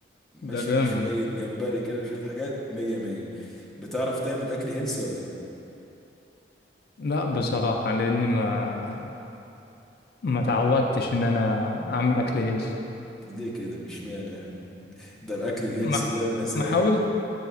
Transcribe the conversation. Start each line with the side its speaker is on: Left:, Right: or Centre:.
Centre: ماشي
Left: ده جامد
Centre: على شوية
Left: ده.
Centre: جمبري كده وشوية حاجات مية مية بتعرف تعمل أكل هيلسي ولا لأ؟
Left: لا بصراحة لأني ما ما تعودتش
Centre: آه.
Left: إن أنا أعمل أكل هيلث
Centre: ليه كده مش معنى يعني ده الأكل الهيلسي
Left: ما
Centre: ده مزاج
Left: ما حاولت